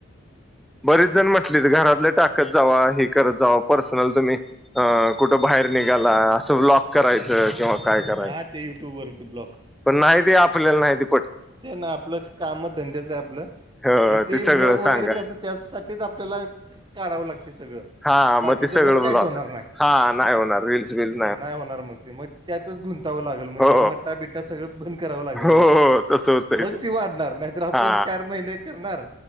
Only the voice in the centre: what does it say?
बरीच जण म्हटली घरातलं टाकत जावा हे करत जावं पर्सनल तुम्ही अ कुठं बाहेर निघाला असं ब्लॉक करायचं किंवा काय करायचं
पण नाहीती आपल्याला नाहीती
ह
सगळं
सांगा
हा
ते सगळं
ब्लॉगच
हा नाही होणार रील्स बिल्स
हो
हो
हो तसं होतंय
ते
हा